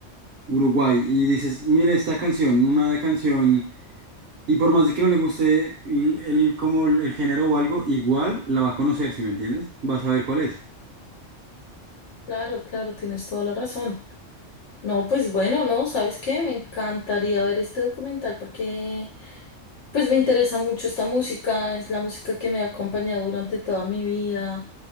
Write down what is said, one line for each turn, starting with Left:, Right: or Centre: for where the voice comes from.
Right: Uruguay, y dices, mire esta canción, una de canción, y por más de que no le guste el, el- como el, el género o algo, igual la va a conocer, si me entiendes? Va a saber cuál es.
Left: claro, claro, tienes toda la razón. No, pues bueno, no, ¿sabes qué? Me encantaría ver este documental porque pues me interesa mucho esta música, es la música que me ha acompañado durante toda mi vida,